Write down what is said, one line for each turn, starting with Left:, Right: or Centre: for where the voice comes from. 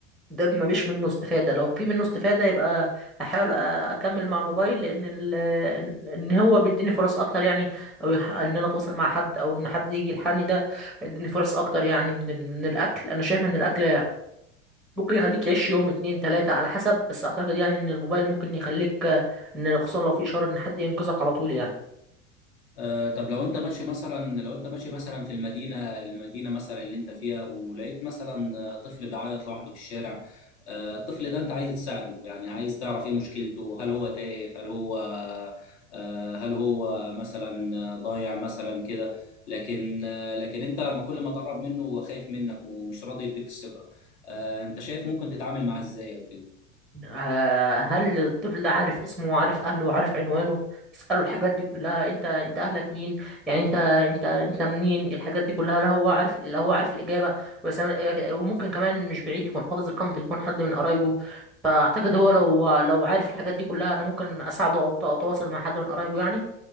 Centre: ده مفيش منه استفاده لو في منه استفاده يبقى هحاول أ- اكمل مع الموبايل لان ال... ان إن هو بيديني فرص اكتر يعني او يح- ان انا اتواصل مع حد او ان حد يجي يلحقني ده اديني فرص اكتر يعني من ال... من الاكل انا شايف ان الاكل ممكن يخليك يعيش يوم اتنين تلاتة على حسب بس اعتقد يعني ان الموبايل ممكن يخليك آه، ان خصوصا لو في اشارة ان حد ينقذك على طول يعني
Left: آه، طب لو انت ماشي مثلا لو انت ماشي مثلا في المدينه المدينه مثلا اللي انت فيها ولقيت مثلا آه، طفل بيعيط لوحده في الشارع آه، الطفل ده انت عايز تساعده يعني عايز تعرف ايه مشكلته هل هو تايه هل هو آه، هل هو مثلا آه، ضايع مثلا كده لكن آه، لكن انت لما كل ما تقرب منه هو خايف منك ومش راضي يديك الثقه آه، انت شايف ممكن تتعامل معاه ازاي او كده
Centre: آه، هل الطفل ده عارف اسمه وعارف اهله وعارف عنوانه تسأله الحاجات دي كلها انت انت اهلك مين يعني انت انت انت منين الحاجات دي كلها لا هو عارف لا هو عارف الاجابة وسام- وممكن كمان مش بعيد يكون حافظ رقم تليفون حد من قرايبه فاعتقد هو لو لو عارف الحاجات دي كلها انا ممكن اساعده او اتواصل مع حد من قرايبه يعني